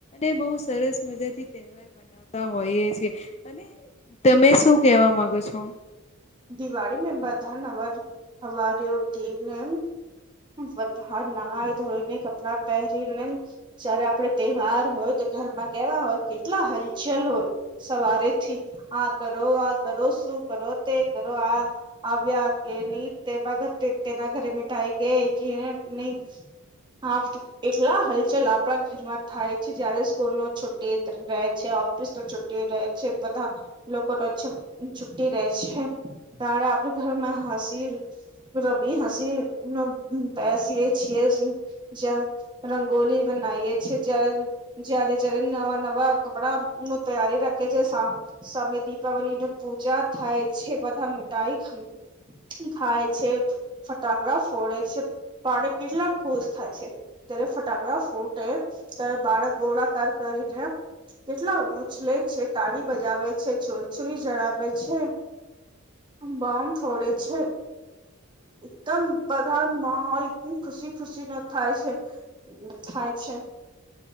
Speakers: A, on the left; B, on the right.
A: તે બહુ સરસ મજા થી તહેવાર મનાવતા હોઈએ છેીએ અને તમે શું કેવા માંગો છો?
B: દિવાળી મે બધા ના વર હવારે ઊઠી ને વધા ના ધોઈને કપડાં પહેરીને જયારે આપડે તહેવાર હોય તો ઘરમાં કેવા હોય કેટલા હલચલ હોય સવારેથી આ કરો આ કરો શું કરો તે કરો આ. આવ્યા કે નહી તેમાં તેના ઘરે મીઠાઈ ગઈ કે નહી. હા એટલા હલચલ આપણા ઘેરમા થાય છે જયારે સ્કૂલ નો <unintelligible> રહે છે ઓફિસ નું છુટી રહે છે બધા લોકો ન છુટી રહે છે ત્યારે આપડા ઘરમાં હસી રબી હસી નું બેસી એ છીએ <unintelligible> રંગોલી બનાઈ છે <inaudible> જ્યારે જયારે નવા નવા કપડા નું તૈયારી રાખે છે સામ. સામે દિપાવલી નુ પૂજા થાય છે બધા મીઠાઈ ખા. ખાય છે ફટાકડા ફોડે છે પાડ કેટલા ખુશ થાય છે. ત્યારે ફટાકડા ફૂટે ત્યારે બાળક ગોળકાર કરીને કેટલા ઉછલે છે તાળી બજાવે છે છોરછોરી જળાવે. છે બમ ફોડે છે. એકદમ બધા માહોલ ઈટલી ખુશી ખુશી નો થાય છે. થાય છે